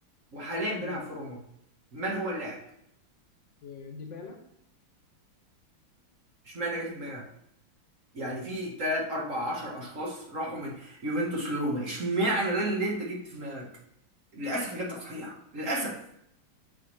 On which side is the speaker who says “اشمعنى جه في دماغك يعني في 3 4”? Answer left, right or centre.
Right